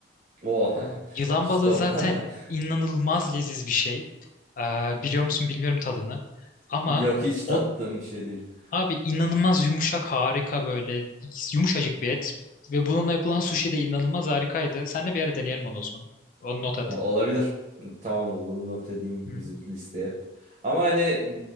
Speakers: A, on the right; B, on the left.
A: O <laughs>
B: Yılan
A: işte
B: balığı
A: o.
B: zaten
A: <laughs>
B: inanılmaz leziz bir şey. Ee, biliyor musun bilmiyorum tadını. Ama
A: Yok hiç tattığım
B: o
A: bir şey değil.
B: abi inanılmaz yumuşak harika böyle yumuşacık bir et. Ve bununla yapılan sushi de inanılmaz harikaydı. Seninle bir ara deneyelim onu o zaman. Onu not et.
A: Ol- Olabilir. Tamamdır bunu not edeyim
B: Hı.
A: bizim listeye. Ama hani